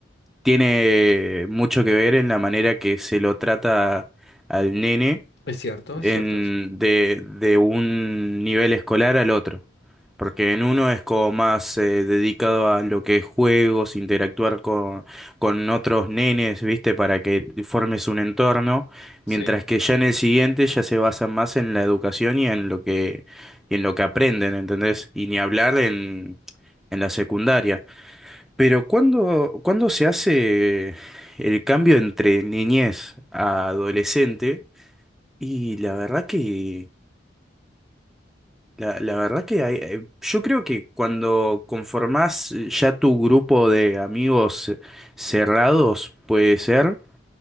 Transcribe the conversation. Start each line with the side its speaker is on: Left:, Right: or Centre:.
Centre: tiene mucho que ver en la manera que se lo trata al nene
Left: Es cierto, es
Centre: en,
Left: cierto eso.
Centre: de, de un nivel escolar al otro. Porque en uno es como más eh, dedicado a lo que es juegos, interactuar con, con otros nenes, ¿viste? Para que formes un entorno,
Left: Sí,
Centre: mientras que ya en el siguiente ya se basa más en la educación y en lo que, y en lo que aprenden, ¿entendés? Y ni hablar en, en la secundaria. Pero ¿cuándo, cuándo se hace el cambio entre niñez a adolescente? Y la verdad que, la, la verdad que hay- eh, yo creo que cuando conformás eh, ya tu grupo de amigos eh, cerrados, puede ser